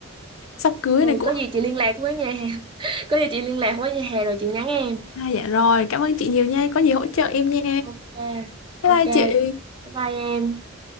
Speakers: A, on the left (about 75°); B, on the right (about 25°).
A: <laughs> sắp cưới
B: Ừ
A: này cũng
B: có gì chị liên lạc với nhà hàng. <laughs> Có gì chị liên lạc với nhà hàng rồi chị nhắn em.
A: à, dạ rồi cảm ơn chị nhiều nha có gì hỗ
B: Ừ.
A: trợ em nha
B: Ok, ok.
A: bye bye
B: Bye
A: chị
B: bye em.